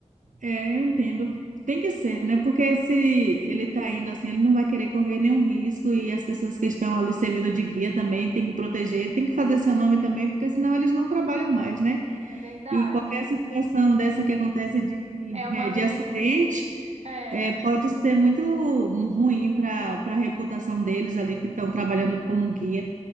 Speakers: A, on the right (about 85°); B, on the right (about 60°).
A: É, eu entendo. Tem que ser, né? Porque se ele tá indo assim, ele não vai querer correr nenhum risco e as pessoas que estão ali servindo de guia também tem que proteger, tem que fazer seu nome também, porque senão eles não trabalham mais, né?
B: É verdade.
A: E qualquer situação dessa que acontece de,
B: É uma
A: eh,
B: aventura.
A: de acidente,
B: É.
A: eh, pode ser muito ruim para para a reputação deles ali que estão trabalhando como guia.